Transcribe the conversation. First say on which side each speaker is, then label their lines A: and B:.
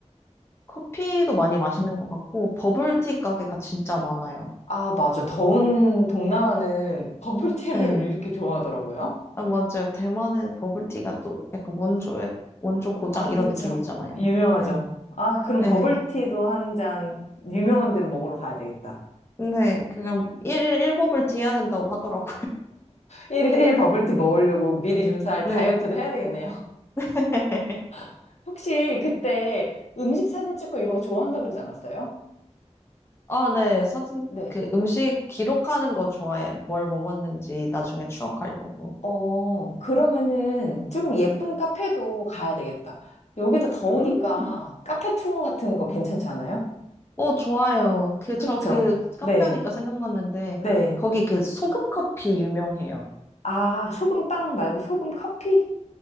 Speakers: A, on the left; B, on the left.
A: 커피도 많이 마시는
B: 응.
A: 것 같고, 버블티 가게가 진짜 많아요.
B: 아, 맞아. 더운 동남아는 버블티를
A: 네.
B: 이렇게 좋아하더라고요.
A: 아, 맞아요. 대만의 버블티가 또 약간 원조의, 원조 고장
B: 아,
A: 이런
B: 그쵸.
A: 느낌이잖아요.
B: 유명하죠.
A: 네.
B: 아, 그럼
A: 네.
B: 버블티도 한 잔 유명한 데로 먹으러 가야 되겠다.
A: 네. 그냥 일일일버블티 해야 된다고 하더라고요.
B: 일일 버블티 먹으려고 미리 좀 사,
A: <laughs>
B: 다이어트도 해야 되겠네요.
A: 네.
B: <laughs> 혹시 그때 음식 사진 찍고 이런 거 좋아한다 그러지 않았어요?
A: 아, 네. 사진,
B: 네.
A: 그 음식 기록하는 거 좋아해요. 뭘 먹었는지 나중에 추억하려고.
B: 어, 그러면은 조금 예쁜 카페도 가야 되겠다. 여기도 더우니까
A: 음,
B: 카페 투어 같은 거 괜찮지 않아요?
A: 어, 좋아요. 그,
B: 그쵸?
A: 저 그 카페
B: 네.
A: 하니까 생각났는데,
B: 네.
A: 거기 그 소금 커피 유명해요.
B: 아, 소금 빵 말고 소금 커피?